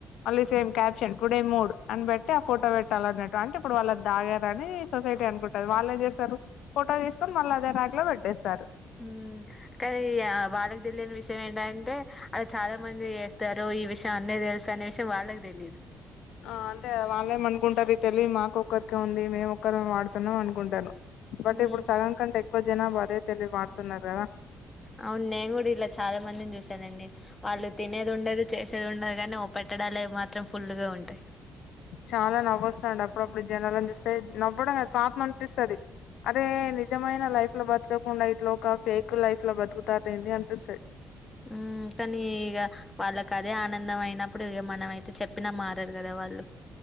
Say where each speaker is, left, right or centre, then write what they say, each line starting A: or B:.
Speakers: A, on the left; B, on the left.
A: మళ్ళీ సేమ్ క్యాప్షన్ టుడే మూడ్. అని పెట్టి ఆ ఫోటో పెట్టాలన్నట్టు అంటే ఇప్పుడు వాళ్ళు అది తాగారని సొసైటీ అనుకుంటది. వాళ్ళు ఏం చేస్తారు ఫోటో తీసుకొని మళ్ళీ అదే ర్యాక్ లో పెట్టేస్తారు.
B: ఉ కానీ వాళ్ళకు తెలియని విషయం ఏంటంటే అది చాలా మంది చేస్తరు, ఈ విషయం అందరికి తెలుసు అనే విషయం వాళ్ళకి తెలీదు.
A: ఆ అంతేగా వాళ్ళేమనుకుంటరు ఈ తెలివి మాకొక్కరికే ఉంది, మేము ఒక్కరమే వాడుతున్నాం అనుకుంటరు. బట్
B: ఉమ్
A: ఇప్పుడు సగం కంటే ఎక్కువ జనాభా అదే తెలివి వాడుతున్నారు కదా.
B: అవును నేను కూడా ఇలా చాలా మందిని చూసానండి. వాళ్ళు తినేది ఉండదు, చేసేది ఉండదు కానీ ఒ పెట్టడాలు అయి మాత్రం ఫుల్లుగా ఉంటయి.
A: చాలా నవ్వొస్తదండి అప్పుడప్పుడు జనాలని చూస్తే నవ్వడం కాదు పాపం అనిపిస్తది. అరే నిజమైన లైఫ్ లో బతకకుండా ఇట్లా ఒక ఫేక్ లైఫ్ లో బతుకుతారేంది అనిపిస్తది.
B: హ్ కనీ ఇగ వాళ్ళకి అదే ఆనందం అయినప్పుడు ఇగ మనము అయితే చెప్పినా మారరు కదా వాళ్ళు.